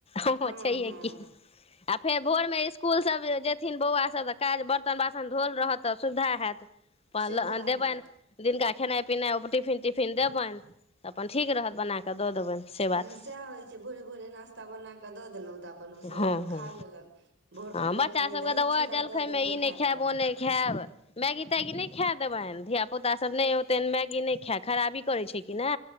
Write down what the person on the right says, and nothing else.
हँ
हँ
सुविधा
हैत
सएह होइ छै भोरे भोरे नास्ता बना क दऽ देलहुँ तऽ अपन ओसभ
अपन
खा लेलक भोरखन
क कनि
दही
चूड़ा
दऽ देलहुँ
खाय
लए